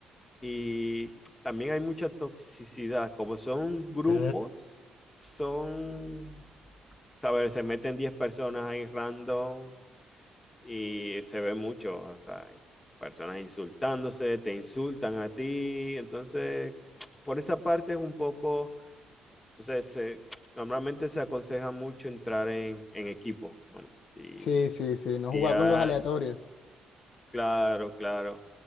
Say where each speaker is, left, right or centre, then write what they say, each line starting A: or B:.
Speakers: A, on the left (about 15°); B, on the left (about 70°).
A: y también hay mucha toxicidad. Como son grupos,
B: Sí,
A: son ¿sabes? Se meten 10 personas ahí random y se ve mucho, o sea, personas insultándose, te insultan a ti, entonces, por esa parte es un poco, entonces, se- normalmente se aconseja mucho entrar en, en equipo, ¿no? Si,
B: sí, sí, sí, no
A: si
B: jugaba
A: ya,
B: con los aleatorios.
A: claro, claro.